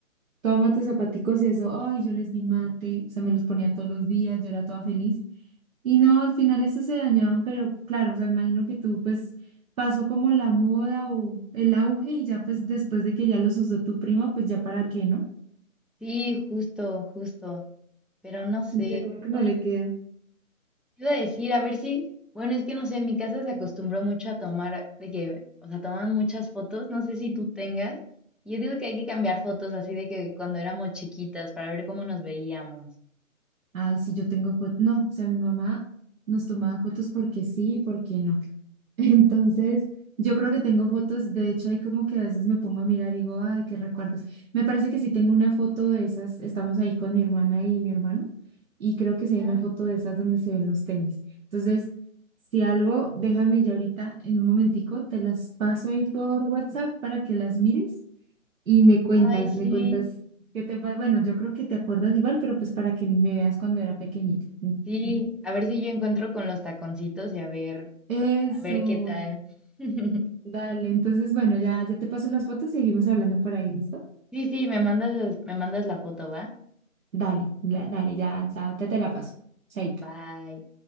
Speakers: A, on the right; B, in the centre.
A: toma tus zapaticos y eso, ay, yo les di mate, o sea, me los ponía todos los días, yo era toda feliz. Y no, al final eso se dañaban, pero claro, o sea, imagino que tú pues pasó como la moda o el auge y ya pues después de que ya los usó tu prima, pues ya para qué, ¿no?
B: Sí, justo, justo. Pero no sé.
A: Ya como que
B: Oye,
A: no le queda.
B: te iba a decir, a ver si. Bueno, es que no sé, en mi casa se acostumbró mucho a tomar, de que, o sea, toman muchas fotos. No sé si tú tengas. y Yo digo que hay que cambiar fotos así de que cuando éramos chiquitas para ver cómo nos veíamos.
A: Ay, sí, yo tengo fotos, no, o sea, mi mamá nos tomaba fotos porque sí y porque no. <laughs> Entonces, yo creo que tengo fotos, de hecho, ahí como que a veces me pongo a mirar y digo, ay, qué recuerdos. Me parece que sí tengo una foto de esas, estamos ahí con mi hermana y mi hermano, y creo que sí
B: Ajá.
A: hay una foto de esas donde se ven los tenis. Entonces, si algo, déjame ya ahorita en un momentico, te las paso ahí por WhatsApp para que las mires y me cuentas,
B: Ay, sí.
A: me cuentas qué te pa- Bueno, yo creo que te acuerdas igual, pero pues para que me veas cuando era pequeñita. Mm,
B: Sí,
A: mm.
B: a ver si yo encuentro con los taconcitos y a ver,
A: Eso.
B: a ver qué tal. <laughs>
A: Dale, entonces, bueno, ya, ya te paso las fotos, seguimos hablando por ahí, ¿listo?
B: Sí, sí, me mandas, me mandas la foto, ¿va?
A: Dale, la- dale, ya, ya te, te la paso. Chaito.
B: Bye.